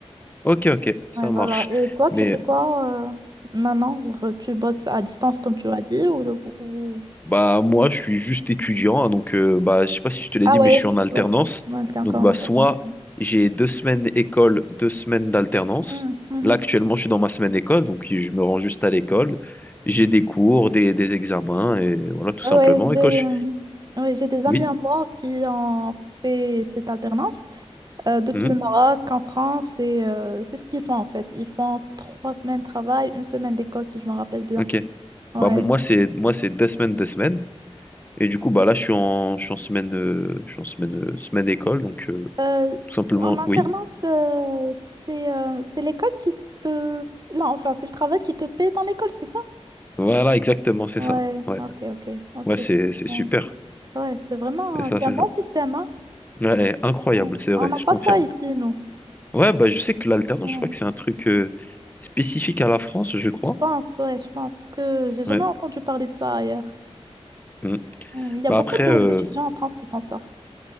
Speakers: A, on the left; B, on the right.
A: ok, ok,
B: Ouais,
A: ça
B: voilà.
A: marche.
B: Et toi, tu
A: Mais
B: fais quoi euh, maintenant? Genre, tu bosses à distance, comme tu as dit, ou... ou-
A: Bah moi je suis juste étudiant, hein, donc euh, bah je sais pas si je te l'ai
B: Ah
A: dit,
B: ouais,
A: mais je suis en alternance.
B: ouais, ouais, t'es encore
A: Donc bah
B: en alternance.
A: soit
B: ouais.
A: j'ai deux semaines école, deux semaines d'alternance.
B: Mhm, mhm.
A: Là actuellement je suis dans ma semaine école, donc je me rends juste à l'école. J'ai des cours, des, des examens, et voilà tout
B: Ah
A: simplement.
B: Ouais, j'ai
A: Et quand je...
B: euh, ouais, j'ai des amis
A: Oui.
B: à moi qui ont fait cette alternance euh, depuis
A: Mhm.
B: le Maroc en France et euh, c'est ce qu'ils font en fait. Ils font trois semaines de travail, une semaine d'école si je me rappelle bien.
A: Ok.
B: Ouais.
A: Bah mo- moi c'est moi c'est deux semaines, deux semaines. Et du coup bah là je suis en je suis en semaine euh, je suis en semaine euh, semaine école, donc euh,
B: Euh,
A: tout simplement
B: en alternance,
A: oui.
B: euh, c'est euh, c'est l'école qui te... Non, enfin, c'est le travail qui te paie ton école, c'est ça?
A: Voilà exactement c'est
B: Ouais,
A: ça. Ouais
B: ok, ok, ok,
A: ouais c'est
B: c'est très
A: c'est
B: bon.
A: super.
B: Ouais, c'est vraiment,
A: C'est ça
B: c'est
A: c'est
B: un bon
A: ça.
B: système, hein.
A: Ouais, incroyable,
B: On
A: c'est vrai,
B: on n'a
A: je
B: pas
A: confirme.
B: ça ici, nous.
A: Ouais, bah je sais que l'alternance,
B: Ouais.
A: je crois que c'est un truc euh, spécifique à la France, je crois.
B: Je pense, ouais, je pense, parce que j'ai jamais
A: Ouais.
B: entendu parler de ça ailleurs.
A: mm.
B: Hmm, Il y a
A: Bah
B: beaucoup
A: après,
B: de-
A: euh,
B: Ok. d'étudiants en France qui font ça.